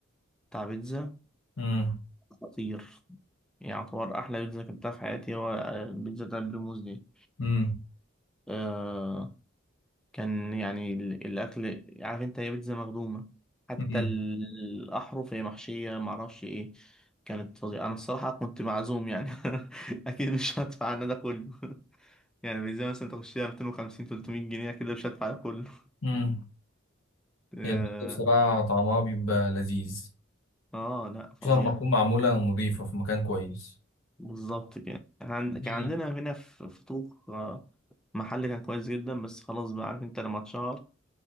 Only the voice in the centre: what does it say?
بتاع بيتزا
خطير يعني يعتبر احلى بيتزا كلتها في حياتي هو آه، البيتزا بتاع بريموز دي
آه، كان يعني ال- الأكل عارف أنت هي بيتزا مخدومة حتى
ال- الأحرف هي محشية معرفش إيه كانت فظيعة أنا الصراحة كنت معزوم يعني <laughs> أكيد مش هدفع أنا ده كله <laughs> يعني بيتزا مثلا تخشيها 250 300 جنيه كده مش هدفع ده كله
آه
آه، لأ فظيع
بالظبط كده إحنا عند- كان
عندنا هنا في في طوق آه، محل كان كويس جدا بس خلاص بقى عارف أنت لما اتشهر